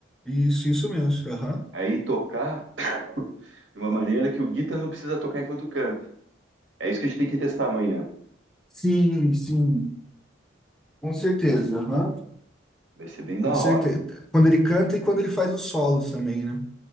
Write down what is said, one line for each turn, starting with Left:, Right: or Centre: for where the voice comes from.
Centre: Isso, isso mesmo. Aham.
Right: Aí tocar <coughs> de uma maneira que o guita não precisa tocar enquanto canta. É isso que a gente tem que testar amanhã.
Centre: Sim, sim. Com certeza, aham.
Right: Vai ser bem da
Centre: Com certeza.
Right: hora.
Centre: Quando ele canta e quando ele faz os solos também, né?